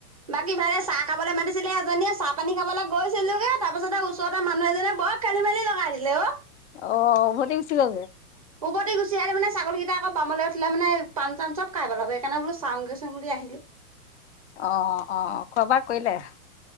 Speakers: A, on the right (about 25°); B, on the left (about 50°).
A: বাকী ভালে চাহ খাবলৈ মাতিছিলে এজনীয়ে চাহ পানী খাবলৈ গৈছিলাগে তাপিছতে ওচৰৰ মানুহ এজনে বৰ। খেলি মেলি লগাই দিলে অ
B: অ ভতে বেছি যে
A: ওপতি গুচি আহিল মে ছাগলকেইটা আকৌ বামলৈ উঠিলেমানে পাণ চান চব খাই পেলাব সকাৰণে বোলো চাওঁগৈ চং বুলি আহিলো। <inaudible>
B: অ অ খোৱা বোৱা কৰিলে?